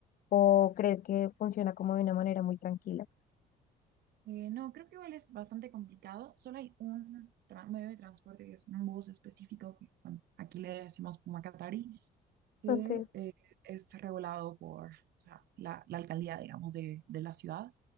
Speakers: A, on the left; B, on the right.
A: o crees que funciona como de una manera muy tranquila.
B: Eh, no, creo que igual es bastante complicado. Solo hay un tra- medio de transporte que es un bus específico que, bueno, aquí le decimos Pumacatari, que
A: Okay,
B: eh, es regulado por, o sea, la, la alcaldía, digamos, de, de la ciudad.